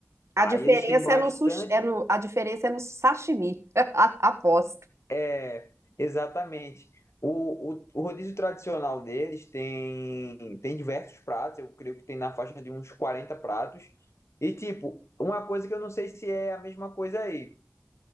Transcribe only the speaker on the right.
A
diferença
é no sushi, é no, a diferença é no sashimi. <laughs> Aposto.